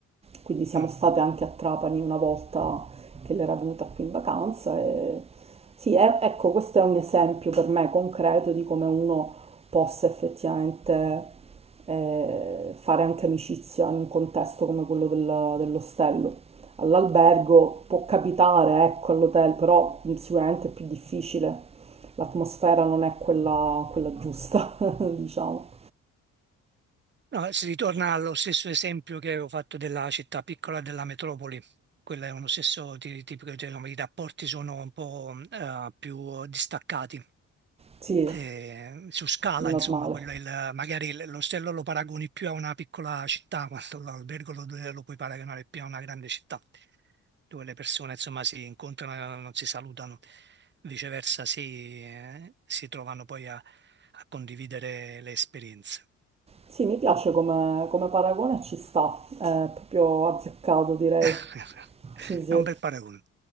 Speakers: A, on the right; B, on the right.
A: quindi siamo
B: Mm.
A: state anche a Trapani una volta che l'era venuta qui in vacanza. E... Sì, è- ecco, questo è un esempio per me concreto di come uno possa effettivamente eh, fare anche amicizia in un contesto come quello del- dell'ostello. All'albergo può capitare, ecco, all'hotel, però sicuramente è più difficile. L'atmosfera non è quella, quella giusta, <laughs> diciamo.
B: No, si ritorna allo stesso esempio che avevo fatto della città piccola e della metropoli. Quello è uno stesso ti- tipico, cioè, come i rapporti sono un po' eh, più distaccati.
A: Sì,
B: eh, su scala,
A: normale.
B: insomma, quello è il, magari l- l'ostello lo paragoni più a una piccola città, quanto l'albergo lo, lo puoi paragonare più a una grande città, dove le persone, insomma, si incontrano e non si salutano, viceversa si, eh, si trovano poi a a condividere le esperienze.
A: Sì, mi piace come, come paragone, ci sta, è proprio azzeccato direi.
B: <laughs>
A: Sì, sì.
B: È un bel paragone.